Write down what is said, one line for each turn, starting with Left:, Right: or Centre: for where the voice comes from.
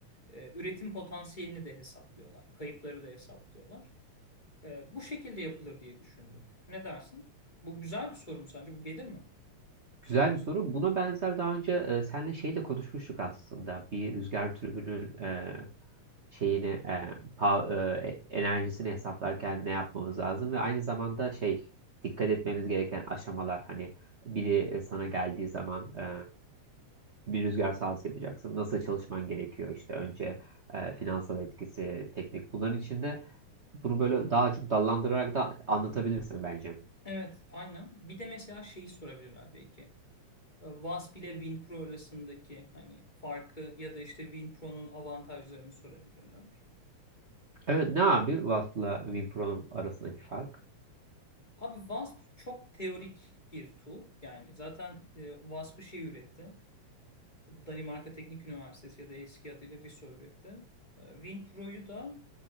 Left: e, üretim potansiyelini de hesaplıyorlar. Kayıpları da hesaplıyorlar. E, bu şekilde yapılır diye düşündüm. Ne dersin? Bu güzel bir soru mu sence? Bu gelir mi?
Right: Güzel bir soru. Buna benzer daha önce e, senle şey de konuşmuştuk aslında. Bir rüzgar türbünün e, şeyini e, pa- e, enerjisini hesaplarken ne yapmamız lazım ve aynı zamanda şey dikkat etmemiz gereken aşamalar hani biri e, sana geldiği zaman e, bir rüzgar sahası yapacaksın. Nasıl çalışman gerekiyor işte önce e, finansal etkisi, teknik bunların içinde bunu böyle daha çok dallandırarak da anlatabilirsin bence.
Left: Evet, aynen. Bir de mesela şeyi sorabilirler belki. E, Wasp ile WinPro arasındaki hani farkı ya da işte WinPro'nun avantajlarını sorabilirler.
Right: Evet ne abi Wasp'la WinPro'nun arasındaki fark?
Left: Abi Wasp çok teorik bir tool. Yani zaten e, Wasp'ı şey üretti. Danimarka Teknik Üniversitesi ya da eski adıyla RISO üretti. E, WinPro'yu da